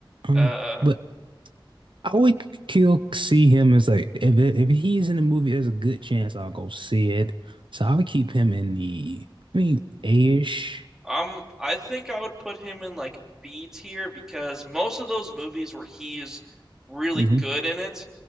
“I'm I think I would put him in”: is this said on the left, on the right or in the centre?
Centre